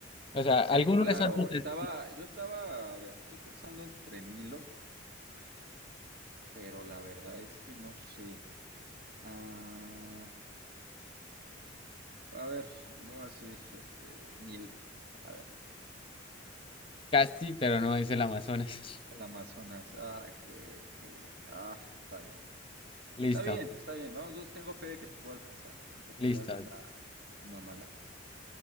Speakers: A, on the left; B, on the right.
A: O sea,
B: Sí,
A: alguno
B: claro.
A: de esos dos
B: Estaba,
A: es-
B: yo estaba, a ver, estoy pensando entre Nilo, pero la verdad es que no sé. Ah, a ver, voy a decir, este, Nilo. A ver,
A: Casi, pero no es el Amazonas.
B: el Amazonas. Ah, que, que, ah, está bien.
A: <laughs> Listo,
B: Está bien, está bien. Vamos, dos, tengo fe de que te puedo alcanzar, en que tengas
A: listo.
B: una, una mala.